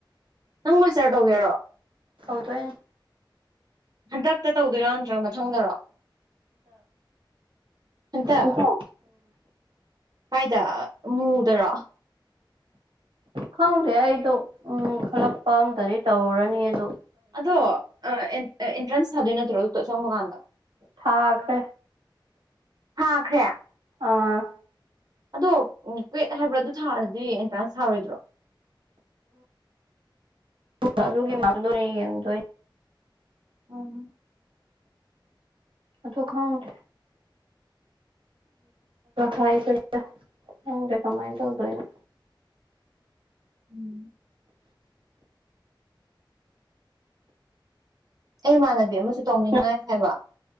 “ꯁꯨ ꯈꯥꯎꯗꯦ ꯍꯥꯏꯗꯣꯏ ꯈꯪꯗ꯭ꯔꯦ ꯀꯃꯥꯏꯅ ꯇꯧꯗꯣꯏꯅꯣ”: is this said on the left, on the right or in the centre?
Right